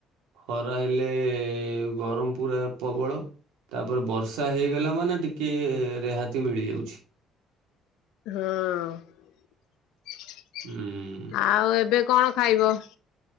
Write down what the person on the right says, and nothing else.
ଖରା ହେଲେ ଗରମ୍ ପୁରା ପ୍ରବଳ। ତାପରେ ବର୍ଷା ହେଇଗଲା ମାନେ ଟିକେ ରିହାତି ମିଳିଯାଉଛି।
ହୁଁ।